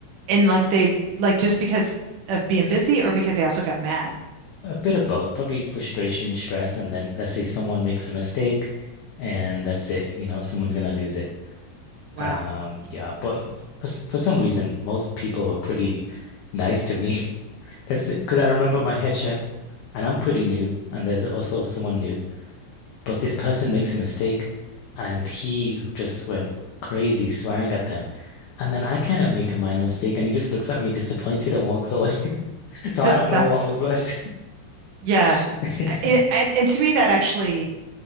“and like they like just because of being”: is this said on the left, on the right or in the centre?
Right